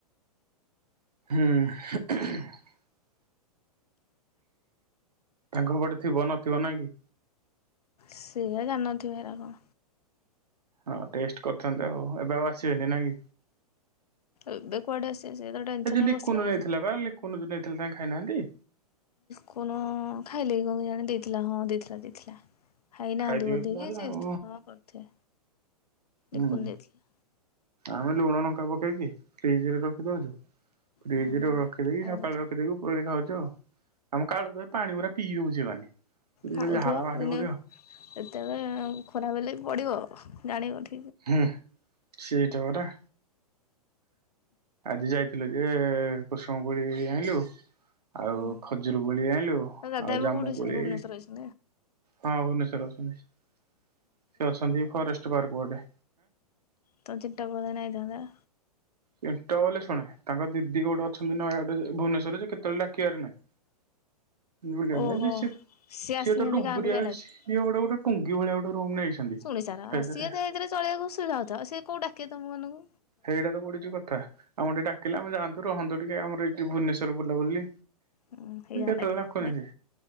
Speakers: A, on the right; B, on the left.
A: ହୁଁ। ତାଙ୍କପଟେ ଥିବ ନଥିବ ନାଇଁ କି।
B: ସେଇଆ ଜାଣଥିବ ଏରାକ।
A: ହଁ ଟେଷ୍ଟ କରିଥାନ୍ତେ ଆଉ। ଏବେ ଆଉ ଆସିବେନି ନାଇଁ
B: ଏବେ କୁଆଡ଼େ ସେ ସେ ତ ଟେନସନରେ
A: କି <inaudible> ଲିଖନୁ
B: ବସିଲାଣି।
A: ନେଇଥିଲା ବା ଲିଖୁନ ଏତେ ଲାଣି ଖାଇନାହାନ୍ତି।
B: କଣ ଖାଇଲେ କଣ ଜାଣ ଦେଇଥିଲା ହଁ ଦେଇଥିଲା ଦେଇଥିଲା। ଖାଇନାହାନ୍ତି
A: ଖାଇଥିବେ
B: ବୋଧକି
A: ତ ତାହେଲେ ଆଉ
B: କରିଥା
A: ହୁଁ।
B: ଲିକୁନ ଦେଇଥିଲା।
A: ଆମେ ଲୁଣ ଲଙ୍କା ପକେଇକି ଫ୍ରିଜ ରେ ରଖିଦଉଛୁ। ଫ୍ରିଜରେ
B: ହୁଁ।
A: ରଖଦେଇି
B: ଖାଇ
A: ସକାଳେ
B: ଦେଇଥିବ
A: ରଖିଦକି ଉପର ପରଳି ଖାଉଛୁ। ଞ୍ଚ ଆମ କାଳୁ ଦରେ ପାଣି ପୁରା ପିଇ ଦଉଚି। ମାନେ
B: ଖାଉଥିବ,
A: ଝାଳ ବାହାରି
B: ଦିନେ
A: ପଡିବ ହୁଁ
B: ସେତେବେଳେ ଖରାପ ହେଲେ ବି ପଡିବ ଜାଣିବ ଠିକ୍।
A: ହୁଁ, ସେଇଟା ପରା। ଆଜି ଯାଇଥି ଥିଲୁ ଯେ, କୁସୁମ କୋଳି ଆଇଁଲୁ ଆଉ
B: ହୁଁ
A: ଖଜୁରୁ କୋଳି ଆଇଁଲୁ
B: ତ ଦାଦା
A: ଆଉ
B: ଏବେ
A: ଜାମୁ
B: କୋଉଠି ଅଛନ୍ତି
A: କୋଳି,
B: ଭୁବନେଶ୍ୱରରେ ଅଛନ୍ତି
A: ହଁ ଭୁବନେଶ୍ଵର। <unintelligible> ସେ ଅଛନ୍ତି ଫରେଷ୍ଟ ପାର୍କ ଗୋଟେ
B: ତ <unintelligible> ଆ
A: ସେଟ ବଲେ ଶୁଣେ ତାଙ୍କ ଦିଦି ଗୋଟେ ଅଛନ୍ତି ନୟାଗଡ଼ରେ ଯେ ଭୁବନେଶ୍ୱରରେ ଯେ କେତେବେଳେ ଡାକିବାରେ ନାହିଁ। ବୁଲିବା
B: ଓହୋ
A: ପାଇଁ ଯେ ସେ
B: ସିଏ ଆସିନାହାଁନ୍ତି
A: ତ ଡୁବୁରିଆ
B: ଗାଁକୁ ଯାଇନାହାଁନ୍ତି
A: ସିଏ ଗୋଟେ ଗୋଟେ ଟୁଙ୍ଗି ଭଳିଆ ଗୋଟେ ରୁମ୍ ନେଇଛନ୍ତି।
B: ଶୁଣି ସାର
A: ସେଇଥିରେ
B: ସିଏ ତ ଏଇଥିରେ ଚଳେଇବାକୁ ଅସୁବିଧା ହଉଥିବ ଆଉ ସିଏ କୋଉ ଡାକିବେ ତମମାନଙ୍କୁ।
A: ସେଇଟା ତ ପଡୁଚି କଥା ଆମକୁ ଟିକେ ଡାକିଲେ ଆମେ ଯାଆନ୍ତୁ ରହନ୍ତୁ ଟିକେ ଆମର ଭୁବନେଶ୍ୱର ବୁଲାବୁଲି
B: ହଁ ହେଇଯାନ୍ତା
A: କେତେବେଳେ
B: ଟିକେ
A: ଡାକୁନି ଯେ